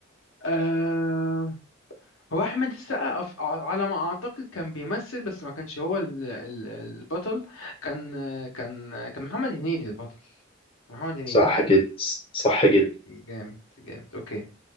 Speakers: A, on the left (about 75°); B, on the left (about 25°).
A: آه... هو أحمد السقا أف- على ما أعتقد كان بيمثل بس ما كانش هو ال... ال... البطل كان كان كان محمد هنيدي البطل محمد هنيدي
B: صح كده صح كده
A: جامد جامد أوكي